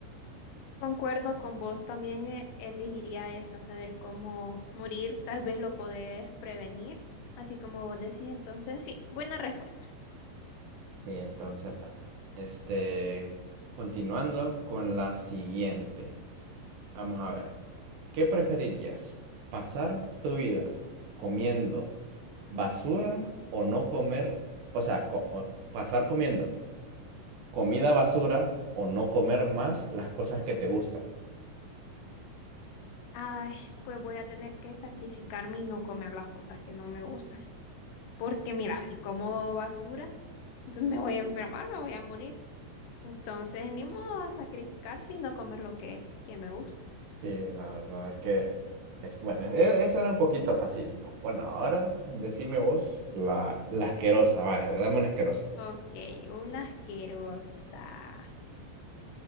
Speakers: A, on the left (about 80°); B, on the right (about 70°).
A: Concuerdo con vos, también eh, elegiría esa, saber cómo morir, tal vez lo podés prevenir, así como vos decís, entonces sí, buena respuesta.
B: Y entonces, bueno, este, continuando con la siguiente. Vamos a ver, ¿qué preferirías? ¿Pasar tu vida comiendo basura o no comer? O sea, co- o pasar comiendo comida basura o no comer más las cosas que te gustan.
A: Ay, pues voy a tener que sacrificarme y no comer las cosas que no me gustan. Porque mira, si como basura, entonces me voy a enfermar, me voy a morir. Entonces, ni modo a sacrificarse y no comer lo que, que me gusta.
B: Sí, la verdad es que es bueno, e- esa era un poquito facilita. Bueno, ahora decime vos la, la asquerosa, vaya, dame una asquerosa.
A: Ok, una asquerosa.